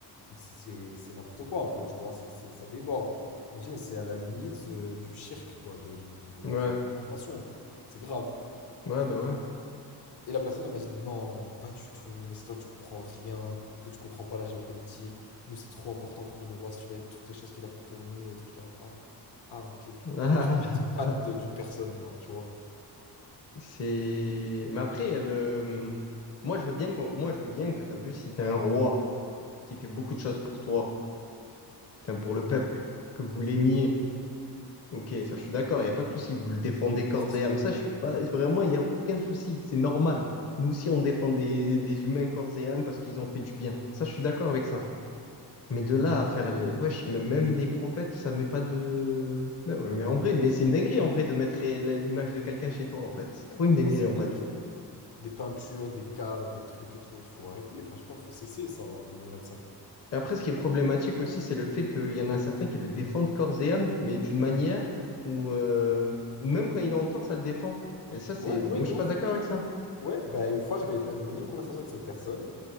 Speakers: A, on the left; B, on the left.
A: Donc c'est c'est- c'est n'importe quoi un peu, tu vois, c'est, c'est- ça déborde. Je me dis, ouais, c'est à la limite euh, du cirque, quoi, de l'idée de
B: Ouais,
A: l'adoration. C'est grave.
B: ouais, bah ouais.
A: Et la personne, elle m'a dit, non, mais pas du tout, mais c'est toi, tu comprends rien, parce que tu comprends pas la géopolitique. Nous, c'est trop important pour nous, le roi, si tu verrais toutes les choses qu'il a faites pour nous et tout. Je suis là, en mode, ah, ah, ok.
B: <laughs>
A: Mais tu peux pas être fan de- d'une personne, genre, tu vois.
B: C'est... Mais après, le... moi, je veux bien qu'on- moi, je veux bien que t'as vu si t'as un roi qui fait beaucoup de choses pour toi enfin, pour le peuple, que vous l'aimiez. Ok, ça, je suis d'accord, il n'y a pas de souci. Vous le défendez
A: Il y a pas
B: corps
A: de souci.
B: et âme. Ça, je suis pas. Vraiment, il n'y a aucun souci. C'est normal. Nous aussi, on défend des, des humains corps et âme parce qu'ils ont fait du bien. Ça, je suis d'accord avec ça. Mais de là à faire les. Wesh, m- même les prophètes, ça met pas de. Mais, ouais, mais en vrai, mais c'est une dinguerie en vrai de mettre la- l'image de quelqu'un chez toi, en fait. C'est trop une dinguerie,
A: Non, c'est une
B: en
A: dinguerie.
B: fait.
A: Des peintures, des cadres, des trucs et tout, il faut arrêter. Enfin, je sais pas, faut cesser ça en deux mille vingt cinq
B: Et après, ce qui est problématique aussi, c'est le fait qu'il y en a certains qui le défendent corps et âme, mais d'une manière où, euh, où même quand il est en tort, ça le défend. Et ça, c'est,
A: Ouais, ouais,
B: moi, je
A: de
B: suis
A: ouf.
B: pas d'accord avec ça.
A: Ouais, bah une fois j'avais été- une même conversation avec cette personne